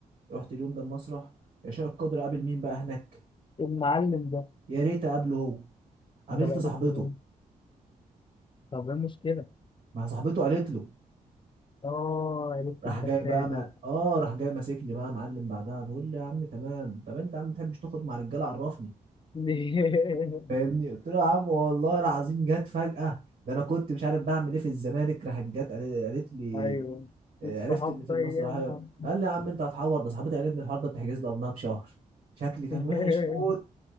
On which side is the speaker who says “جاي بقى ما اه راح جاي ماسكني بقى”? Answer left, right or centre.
Right